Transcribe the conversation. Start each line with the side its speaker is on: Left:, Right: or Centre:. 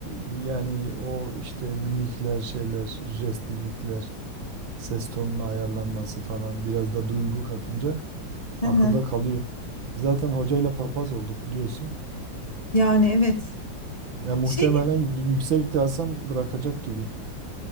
Right: yani o işte mimikler, şeyler, jest mimikler, ses tonunun ayarlanması falan biraz da duygu katınca
Left: hı.
Right: akılda
Left: hı.
Right: kalıyor. Zaten hocayla papaz olduk biliyorsun.
Left: Yani evet.
Right: Ya muhtemelen
Left: Şey
Right: yüksek de alsam bırakacak gibi.